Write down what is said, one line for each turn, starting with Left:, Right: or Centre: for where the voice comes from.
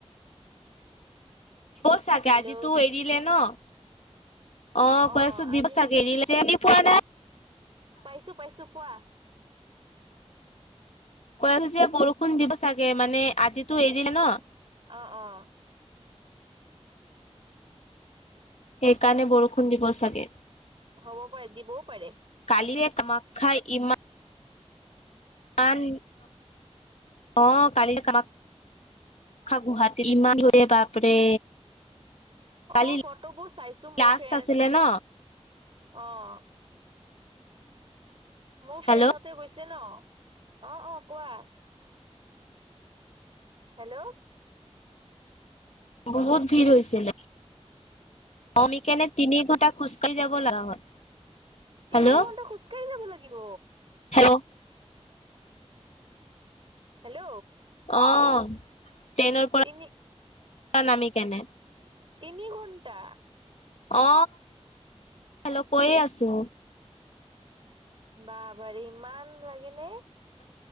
Left: দিব চাগে,
Right: হেল্ল'
Left: আজি তো এৰিলে ন। অ',
Right: অ
Left: কয়
Right: অ
Left: আছো দিব
Right: আজি
Left: চাগে,
Right: দি
Left: <unintelligible> পোৱা নাই।
Right: পাইছো, পাইছো কোৱা।
Left: কৈ আছো যে বৰষুণ দিব চাগে মানে আজিতো এৰিলে ন।
Right: অ', অ'।
Left: সেইকাৰণে বৰষুণ দিব চাগে।
Right: হ'বও পাৰে, দিবও পাৰে।
Left: কালিৰে কামাখ্যা ইমা মান, অ' কালি কামাখ্যা গুৱাহাটী ইমান <unintelligible> বাপৰে। কালি
Right: অ', ফটোবোৰ চাইছো মোৰ
Left: লাষ্ট
Right: ফেন,
Left: আছিলে ন
Right: অ'। মোৰ ফ্ৰেণ্ডহঁতে
Left: হেল্ল'
Right: গৈছে ন, অ' অ' কোৱা। হেল্ল'।
Left: বহুত ভিৰ হৈছিলে। অ', সেইকাৰনে তিনি ঘন্টা খোজকাঢ়ি যাব লগা হ'ল।
Right: তিনি
Left: হেল্ল'
Right: ঘণ্টা খোজকাঢ়ি যাব লাগিব।
Left: Hello
Right: hello.
Left: অ ', ট্ৰেইনৰ পৰা
Right: তিনি
Left: নামি কেনে।
Right: তিনি ঘণ্টা?
Left: অ হেল্ল' কৈয়ে আছো।
Right: বা বাৰী ইমান লাগে নে?